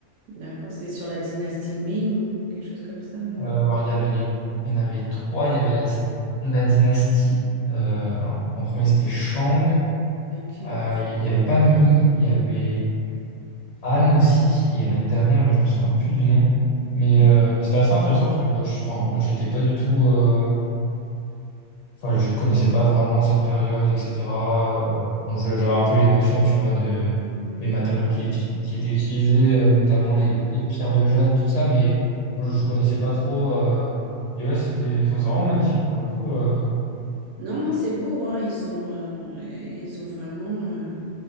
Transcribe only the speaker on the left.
Euh, alors, il y avait les, il y en avait trois. Il y avait la, la dynastie. euh, alors, en premier, c'était Shang.
Euh, il n'y avait pas Ming, il y avait Han aussi. Et il y en a une dernière,
mais je me souviens plus du nom. Mais,
euh, mais c'était assez intéressant parce que bah, je, enfin, j'étais pas du tout. euh, enfin, je connaissais pas vraiment cette période, etc. Euh, donc, je- j'avais un peu les notions, tu vois, de,
des matériaux qui, éti- qui étaient utilisés, euh, notamment les,
les pierres de jade, tout ça, mais
je, je connaissais pas trop. euh, et ouais, c'était, enfin, c'est vraiment magnifique pour le coup. euh,